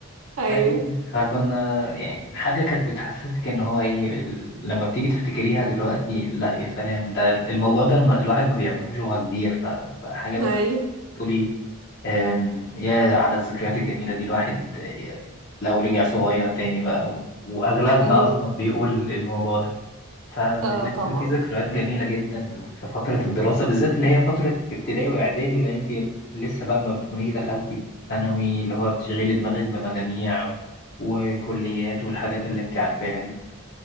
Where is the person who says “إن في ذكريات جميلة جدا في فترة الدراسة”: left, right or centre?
Left